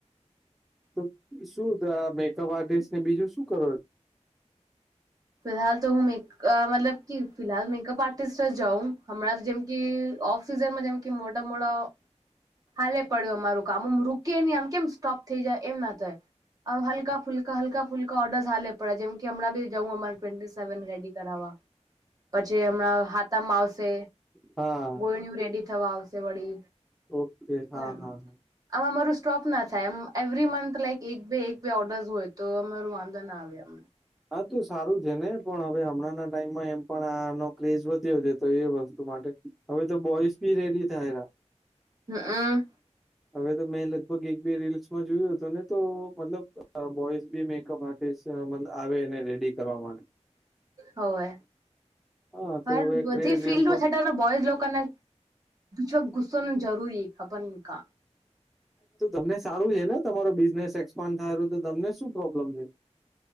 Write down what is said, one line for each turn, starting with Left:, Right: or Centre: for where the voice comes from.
Centre: તો શું દ આ મેકઅપ આર્ટિસ્ટ ને બીજું શું કરો?
Right: ફિલહાલ તો હું મેક અ મતલબ કે ફિહાલ મેકઅપ આર્ટિસ્ટ જ હવુ હમણાં જેમ કી ઓફ- - સિઝન માં જેમ કે મોટા મોળો- - હાલે પડ્યું અમારું કામ ઓમ રૂકી નહી આમ કેમ સ્ટોપ થઈ જાય એમ ના થાય. અ હલકા ફુલકા હલકા ફુલકા ઓર્ડરઝ હાલે પડયા જેમ કી હમણાં બી- - જઉ અમારે ટ્વેન્ટી સેવન રેડી કરાવવા. પછી હમણાં હાથમાં આવશે
Centre: હા
Right: ગોયણું રેડી થવા આવશે વળી.
Centre: ઓકે
Right: તો
Centre: હા
Right: એમ
Centre: હા હા.
Right: આમાં અમારું સ્ટોપ ના થાય અમ એવરી મંથ લાઈક એક બે એક બે ઓર્ડર્સ હોય તો અમારું વાંધ- - ત ના આવયા --
Centre: હા તો સારું છે ને પણ હવે હમણાં ના ટાઈમમાં એમ પણ આનો ક્રેઝ વધ્યો છે તો એ વસ્તુ માટે- - હવે તો બોઇસ ભી રેડી થાયરા.
Right: હું.
Centre: હવે તો મેં લગભગ એક બે રીલ્સમાં જોયું હતું ને તો મતલબ અ બોઈઝ બી મેકઅપ આર્ટિસ્ટ અ મતલબ આવે એને રેડી કરવા માટે
Right: હોવે
Centre: હા તો
Right: હવે બધી
Centre: ક્રેઝ
Right: ફિલ્ડમાં
Centre: એમ પણ
Right: <inaudible> બોયઝ લોકોને જો ઘુસ્સોનું જરૂરી ખબર ન કા.
Centre: તો તમને સારું છે ને તમારો બિઝનેસ એક્સપાન્ડ થાય તો તમને શું પ્રોબ્લેમ છે.